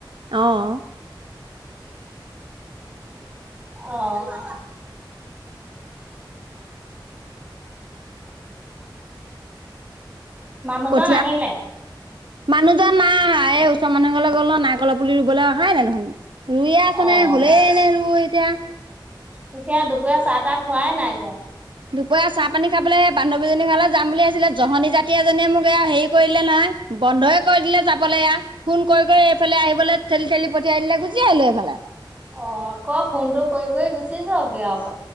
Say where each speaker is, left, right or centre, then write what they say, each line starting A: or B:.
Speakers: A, on the right (about 75°); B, on the right (about 15°).
A: অঁ।
B: অঁ। মানুহজন
A: কঠিয়াত
B: আহিলে?
A: মানুহজন নাই, এই ওচৰ মানুহ এঘৰলে গল অ নাইকলৰ পুলি ৰুবলৈ অহাই নে দেখোন। ৰুইয়ে আছে
B: অ'।
A: নে হ'লেই নে ৰুই এতিয়া
B: তেতিয়া দুপৰীয়া চাহ তাহ খোৱাই নাই এতিয়া।
A: দুপইয়া চাহ পানী খাবলে এ বান্ধৱীজনী ঘৰলে যাম বুলি ভাবিছিলোঁ। জহনী জাতি এজনীয়ে মোক এয়া হেৰি কৰিলে নহয়। বন্ধই কৰি দিলে যাবলৈ এইয়া। ফোন কৰি কৰি এইফালে আহিবলৈ ঠেলি ঠেলি পঠিয়াই দিলে, গুচি আহিলো এইফালে।
B: অ আকৌ ফোনটো কৰি কৰি গুচি যাওক গে আও।